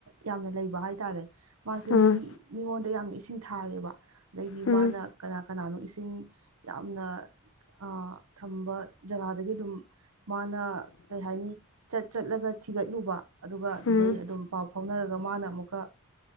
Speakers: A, on the right (about 80°); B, on the left (about 60°).
A: ꯌꯥꯝꯅ ꯂꯩꯕ ꯍꯥꯏꯇꯥꯔꯦ ꯃꯥꯁꯦ
B: ꯎꯝ
A: ꯃꯤ ꯃꯤꯉꯣꯟꯗ ꯌꯥꯝ ꯏꯁꯤꯡ ꯊꯥꯏꯔꯦꯕ ꯑꯗꯩꯗꯤ
B: ꯎꯝ
A: ꯃꯥꯅ ꯀꯅꯥ ꯀꯅꯥꯅꯣ ꯏꯁꯤꯡ ꯌꯥꯝꯅ ꯑ ꯊꯝꯕ ꯖꯒꯥꯗꯒꯤ ꯑꯗꯨꯝ ꯃꯥꯅ ꯀꯩ ꯍꯥꯏꯅꯤ ꯆꯠ ꯆꯠꯂꯒ ꯊꯤꯒꯠꯂꯨꯕ ꯑꯗꯨꯒ ꯑꯗꯨꯗꯩ
B: ꯎꯝ
A: ꯑꯗꯨꯝ ꯄꯥꯎ ꯐꯧꯅꯔꯒ ꯃꯥꯅ ꯑꯃꯨꯛꯀ